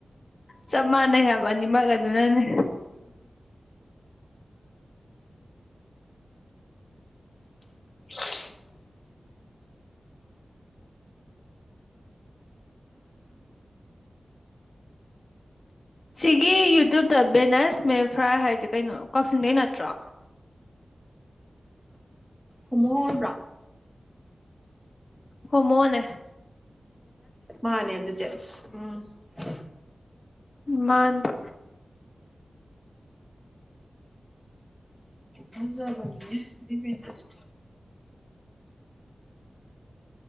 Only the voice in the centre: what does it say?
ꯍꯣꯃꯣꯔꯣ
ꯃꯥꯅꯦ ꯑꯗꯨꯗꯤ ꯎꯝ ꯗꯛ
ꯃꯖꯥꯕꯅꯤꯌꯦ <unintelligible>